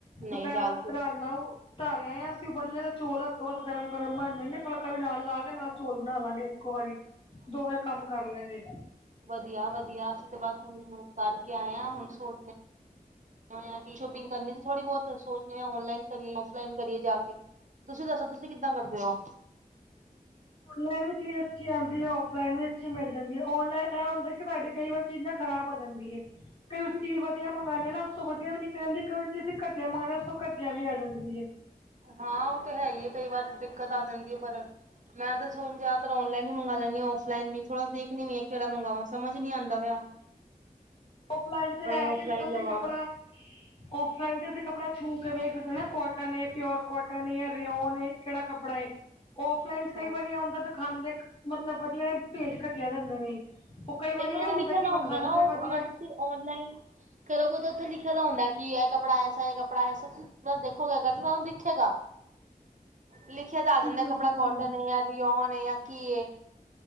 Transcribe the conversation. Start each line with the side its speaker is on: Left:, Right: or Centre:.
Left: ਦੁਪਹਿਰ
Right: ਨਹੀਂ ਦਾਲ
Left: ਵਾਸਤੇ ਰਾਜਮਾਂ ਧਰ ਆਇਆ ਏ ਅਸੀਂ ਉੱਬਲਨੇ ਤੇ ਚੋਲ। ਬਹੁਤ ਗਰਮ-ਗਰਮ ਬਨ ਜਾਣਗੇ। ਫੁੱਲਕਾ ਵੀ ਨਾਲ ਲਾ ਕੇ ਨਾਲ ਚੌਲ਼ ਬਣਾ ਲਾਂਗੇ ਇੱਕੋ ਵਾਰੀ। ਦੋਵੇਂ ਕੰਮ ਕਰ ਲਾਗੇ।
Right: ਵਧੀਆ-ਵਧੀਆ ਅਸੀ ਤੇ ਬਸ ਹੁਣ ਉਹਨੂੰ ਕਰਕੇ ਆਏ ਆ ਹੁਣ ਸੋਚ। ਮੈਂ ਅਸੀਂ ਸ਼ੋਪਿੰਗ ਕਰਨੀ ਸੀ ਥੋੜੀ ਬਹੌਤ ਸੋਚ ਰਹੇ ਆ ਔਨਲਾਈਨ ਕਰੀਏ, ਔਫਲਾਈਨ ਕਰੀਏ ਜਾ ਕੇ। ਤੁਸੀ ਦੱਸੋ ਤੁਸੀਂ ਕਿੱਦਾਂ ਕਰਦੇ ਹੋ?
Left: ਮੈਂ ਵੀ ਕਈ ਵਾਰ ਚੀਜ਼ ਅੱਛੀ ਆਉਂਦੀ ਏ ਔਫਲਾਈਨ ਵੀ ਅੱਛੀ ਮਿਲ ਜਾਂਦੀ ਏ ਔਨਲਾਈਨ ਇਹ ਹੁੰਦਾ ਕਿ ਸਾਡੇ ਕਈ ਵਾਰ। ਚੀਜ਼ ਨਾ ਖ਼ਰਾਬ ਆਂ ਜਾਂਦੀ ਏ ਕਈ ਵਾਰ ਅਸੀਂ ਚੀਜ਼ ਵਧੀਆ ਮੰਗਾਂਦੇ ਨਾ ਉਸ ਤੋਂ ਵਧੀਆਂ ਵੀ ਨਿਕਲ਼ ਜਾਂਦੀ ਏ। ਕਈ ਵਾਰ ਅਸੀਂ ਘਟੀਆ ਮੰਗਾਉਦੇ ਉਸ ਤੋਂ ਘਟੀਆ ਵੀ ਆ ਜਾਂਦੀ ਏ
Right: ਹਾਂ ਉਹ ਤੇ ਹੈ ਹੀ ਹੈ ਕਈ ਵਾਰ ਦਿੱਕਤ ਆ ਜਾਂਦੀ ਏ ਪਰ। ਮੈਂ ਤਾਂ ਸੂਟ ਜ਼ਿਆਦਤਰ ਔਨਲਾਈਨ ਹੀ ਮੰਗ ਲੈਂਦੀ ਆ ਔਫ ਲਾਈਨ ਵੀ ਥੋੜਾ ਦੇਖਦੀ ਵੀ ਆ ਕਿਹੜਾ ਮੰਗਵਾਵਾ ਸਮਝ ਨੀ ਆਦਾ ਪਇਆ।
Left: ਔਫਲਾਈਨ ਤੇ ਹੈ
Right: ਔਫਲਾਈਨ
Left: ਕੇ ਅਸੀਂ
Right: ਲਵਾਂ
Left: ਕੱਪੜਾ ਔਫਲਾਈਨ ਤੇ ਅਸੀ ਕੱਪੜਾ ਛੂਹ ਕੇ ਵੇਖਦੇ ਆ ਨਾ ਕੋਟਨ ਏ, ਪਿਓਰ ਕੋਟਨ, ਜਾਂ ਰਿਓਨ ਏ, ਕਿਹੜਾ ਕੱਪੜਾ ਏ। ਔਫਲਾਈਨ 'ਚ ਕਈ
Right: ਹਾਂ
Left: ਵਾਰੀ ਇਹ ਹੁੰਦਾ ਦਿਖਾਦੇ ਮਤਲਬ ਵਧੀਆ ਏ ਭੇਜ ਘੱਟਿਆ ਦਿੰਦੇ ਨੇ। ਉਹ ਕਈ
Right: ਲੇਕਿਨ
Left: ਵਾਰੀ ਇਹ
Right: ਤੇ
Left: ਹੁੰਦਾ
Right: ਲਿਖਿਆ
Left: ਕਿ
Right: ਤਾਂ
Left: ਵਿਖਾਂਦੇ
Right: ਨਾ ਉਹ
Left: ਵੱਕਤ
Right: ਅਗਰ ਤੁਸੀਂ ਔਨਲਾਈਨ ਕਰੋਗੇ ਤਾਂ ਉੱਥੇ ਲਿਖਿਆ ਤਾਂ ਹੁੰਦਾ ਕਿ ਇਹ ਕੱਪੜਾ ਐਸਾ ਹੈ, ਇਹ ਕੱਪੜਾ ਐਸਾ। ਤੁਸੀਂ ਦੇਖੋਗੇ ਅਗਰ ਤਾਨੂੰ ਦੇਖੇਗਾ। ਲਿਖਿਆ ਤਾਂ ਆ
Left: ਬਿਲਕੁਲ
Right: ਜਾਂਦਾ ਕੱਪੜਾ
Left: ਬਿਲਕੁਲ
Right: ਕੋਟਨ ਏ ਜਾਂ ਰਿਓਨ ਏ ਜਾਂ ਕੀ ਏ।